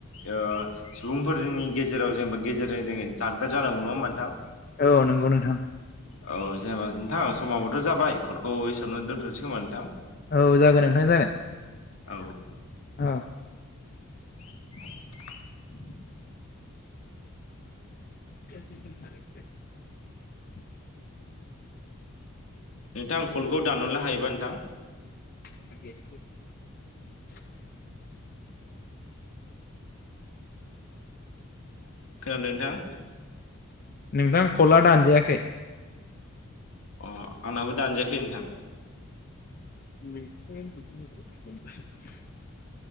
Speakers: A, on the left; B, on the left.
A: ओ सुबुंफोर जोंनि गेजेराव जेनेबा गेजेरजों जोङो जानगार जानांगौ, नङा नोंथां?
B: औ नंगौ नोंथां।
A: औ जेनेबा नोंथां समाबोथ' जाबाय कलखौ इसेयावनो दोनथ'नोसै खोमा नोंथां?
B: औ जागोन नोंथां जागोन
A: औ
B: औ।
A: <inaudible>
B: <inaudible>
A: नोंथां कलखौ दानहरलाय हायोबा नोंथां।
B: <inaudible>
A: खोनादों नोंथां?
B: नोंथां खला दानजायाखै।
A: अह आंनाबो दानजायाखै नोंथां।
B: <unintelligible>